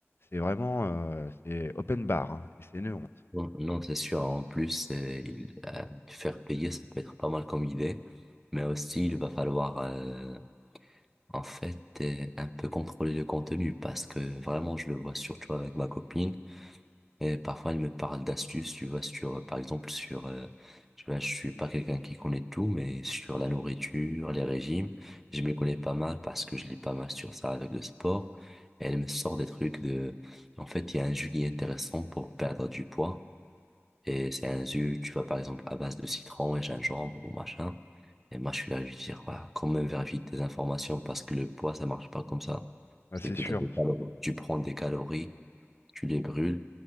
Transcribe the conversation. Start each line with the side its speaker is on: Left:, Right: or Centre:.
Left: c'est vraiment, euh, c'est open bar, hein, et c'est une honte.
Centre: Non, non, c'est sûr. En plus, euh, il- euh, faire payer, ça peut être pas mal comme idée. Mais aussi, il va falloir euh, En fait, euh, un peu contrôler le contenu parce que vraiment, je le vois surtout avec ma copine et parfois, elle me parle d'astuces, tu vois, sur, euh, par exemple, sur, euh, tu vois, je suis pas quelqu'un qui connaît tout, mais sur la nourriture, les régimes, je me connais pas mal parce que je lis pas mal sur ça avec le sport. Et elle me sort des trucs de, en fait, il y a un jus qui est intéressant pour perdre du poids. Et c'est un jus, tu vois, par exemple, à base de citron et gingembre ou machin. Et moi, je suis là, je lui dis, ouais, quand même, vérifie tes informations parce que le poids, ça marche pas comme ça.
Left: Ouais,
Centre: C'est
Left: c'est
Centre: que
Left: sûr.
Centre: t'as des calo- tu prends des calories, tu les brûles,